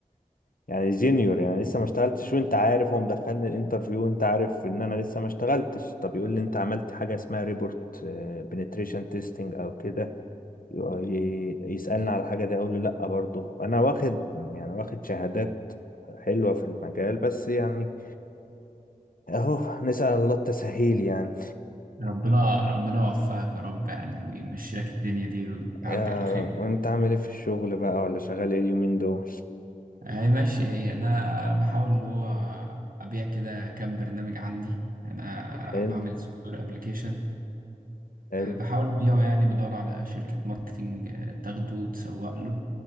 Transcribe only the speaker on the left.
يعني جينيور يعني لسه ما اشتغلتش وانت عارف هو مدخلني الانترفيو وانت عارف ان انا لسه ما اشتغلتش طب يقول لي انت عملت حاجه اسمها ريبورت بنتريشن تيستنج او كده ي- يسالني على حاجه دي اقول له لا برضه انا واخد يعني واخد شهادات حلوه في المجال بس يعني اهو نسال الله التسهيل يعني
آه،
وانت عامل ايه في الشغل بقى ولا شغال ايه اليومين دول
حلو
حلو